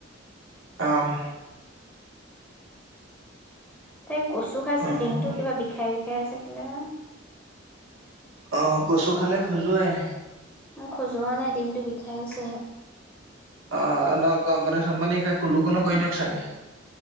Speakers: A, on the right; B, in the centre.
A: অহ।
B: তাই কচু খাইছিলো
A: অ',
B: ডিঙিটো কিবা বিষাই বিষাই আছে কেলে বা।
A: অ, কচু খালে খজুৱায়।
B: খজোৱা নাই, ডিঙটো বিষাই আছেহে।
A: অ ন গমপানী চমপানী খাই কুলো কুলো কৈ দিয়ক চাগে।